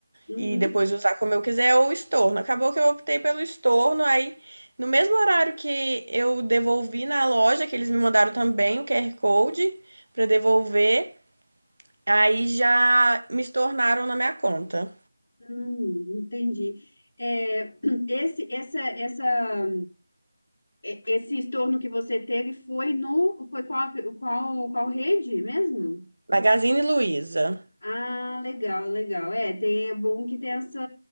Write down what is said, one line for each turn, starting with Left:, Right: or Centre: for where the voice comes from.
Left: uhum,
Right: e depois usar como eu quiser, ou estorno. Acabou que eu optei pelo estorno, aí no mesmo horário que eu devolvi na loja, que eles me mandaram também o QR Code para devolver, aí já me estornaram na minha conta.
Left: hum, entendi. É, <clears throat> esse, essa, essa, e- esse estorno que você teve foi no, foi qual, qual, qual rede mesmo?
Right: Magazine Luiza.
Left: Ah, legal, legal. É, tem, é bom que tem essa,